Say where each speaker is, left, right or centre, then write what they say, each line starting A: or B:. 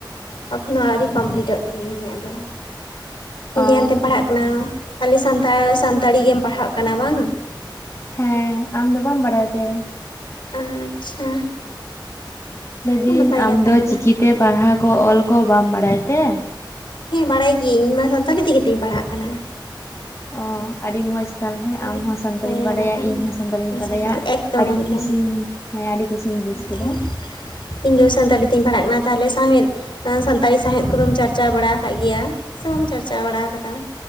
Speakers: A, on the left; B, on the left.
A: ᱮᱠᱷᱚᱱᱚ ᱟᱹᱣᱨᱤ ᱠᱚᱢᱯᱞᱤᱴᱚᱜ
B: ᱚ
A: ᱛᱤᱧᱟᱹ ᱤᱧᱟᱹᱜ ᱫᱚ᱾ ᱢᱤᱰᱤᱭᱟᱢ
B: ᱚ
A: ᱛᱮᱢ ᱯᱟᱲᱦᱟᱜ ᱠᱟᱱᱟ ᱛᱟᱦᱚᱞᱮ ᱥᱟᱱᱛᱟᱲ ᱥᱟᱱᱛᱟᱲᱤ ᱜᱮᱢ ᱯᱟᱲᱦᱟᱜ ᱠᱟᱱᱟ ᱵᱟᱝ᱾
B: ᱦᱮᱸ ᱟᱢ ᱫᱚ ᱵᱟᱢ ᱵᱟᱲᱟᱭ ᱛᱮ?
A: ᱟᱪᱪᱷᱟ,
B: ᱞᱟᱹᱭᱫᱤᱧ
A: ᱱᱟᱯᱟᱭ
B: ᱟᱢ
A: ᱠᱟᱛᱷᱟ
B: ᱫᱚ
A: ᱠᱟᱱᱟ
B: ᱪᱤᱠᱤᱛᱮ ᱯᱟᱲᱦᱟᱣ ᱠᱚ ᱚᱞ ᱠᱚ ᱵᱟᱢ ᱵᱟᱲᱟᱭ ᱛᱮ
A: ᱦᱮᱸ ᱵᱟᱲᱟᱭ ᱜᱤᱭᱟᱹᱧ ᱤᱧ ᱢᱟ ᱥᱟᱱᱛᱟᱲᱤ ᱛᱮᱜᱮ ᱛᱤᱧ ᱯᱟᱲᱦᱟᱜ ᱠᱟᱱᱟ
B: ᱚ ᱟᱹᱰᱤ ᱢᱚᱡᱽ ᱛᱟᱞᱦᱮ
A: ᱱᱟᱯᱟᱭ
B: ᱟᱢᱦᱚᱸ
A: ᱠᱟᱛᱷᱟ
B: ᱥᱟᱱᱛᱟᱲᱤᱢ
A: ᱦᱮᱸ
B: ᱵᱟᱰᱟᱭᱟ
A: ᱱᱟᱯᱟᱭ
B: ᱤᱧ ᱦᱚᱸ ᱥᱟᱱᱛᱟᱲᱤᱧ
A: ᱦᱮᱸ
B: ᱵᱟᱰᱟᱭᱟ
A: ᱥᱟᱱᱛᱟᱞᱤ ᱮᱠᱫᱚᱢ
B: ᱟᱹᱰᱤ
A: ᱮᱠᱫᱚᱢ
B: ᱠᱩᱥᱤᱧ ᱦᱮᱸ ᱟᱹᱰᱤ ᱠᱩᱥᱤᱧ ᱵᱩᱡ ᱠᱮᱫᱟ
A: ᱛᱚ ᱤᱧ ᱫᱚ ᱥᱟᱱᱛᱟᱞᱤ ᱛᱤᱧ ᱯᱟᱲᱦᱟᱜ ᱠᱟᱱᱟ ᱛᱟᱦᱞᱮ ᱥᱟᱶᱦᱮᱫ ᱥᱟᱱᱛᱟᱲᱤ ᱥᱟᱶᱦᱮᱫ ᱠᱚᱫᱚᱢ ᱪᱟ ᱪᱟᱨᱪᱟᱣ ᱵᱟᱲᱟ ᱟᱠᱟᱫ ᱜᱮᱭᱟ ᱥᱮ ᱵᱟᱢ ᱪᱟᱨᱪᱟᱣ ᱵᱟᱲᱟ ᱟᱠᱟᱫᱟ᱾